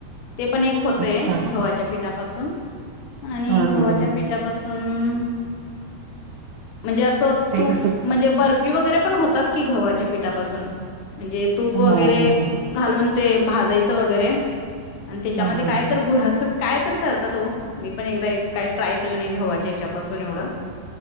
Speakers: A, on the left; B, on the right.
A: ते पण एक होतय
B: अच्छा हा
A: गव्हाच्या पिठापासून
B: हा
A: आणि गव्हाच्या
B: हा
A: पेठापासून म्हणजे अस
B: ते
A: तूप,
B: कसं
A: म्हणजे बर अप्पि वगैरे पण होतात की गव्हाच्या पिठापासून. म्हणजे तूप वगैरे,
B: हो हो हो
A: घालून. ते भाजायच वगैरे. आणि त्याच्यामध्ये
B: हा हा
A: काय तर गुहाच काय तर करतात ओ, मी पण एकदा काय एक काई ट्राय केलं नाही घव्हाच्या हच्यापासून एवढं.